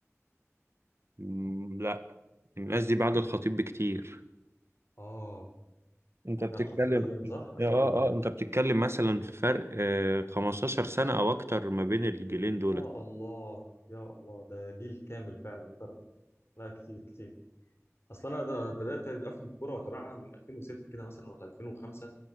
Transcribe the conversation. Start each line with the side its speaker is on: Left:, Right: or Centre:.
Right: مم، لا الناس دي بعد الخطيب بكتير
Left: اه
Right: انت بتتكلم
Left: يعني الخطيب قديم صح قديم
Right: اه
Left: قوي
Right: اه انت بتتكلم مثلا في فرق آه 15 سنة او اكتر ما بين الجيلين دول
Left: يا الله يا الله ده جيل كامل فعلا فرق لا كتير كتير اصلا انا ده بدات افهم الكوره واتابعها من 2006 كده مثلا ولا 2005